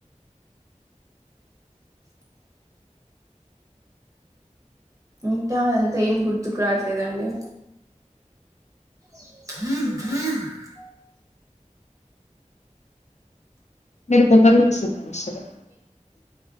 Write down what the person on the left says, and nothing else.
మీరు బొమ్మరిల్లు సినిమా సరే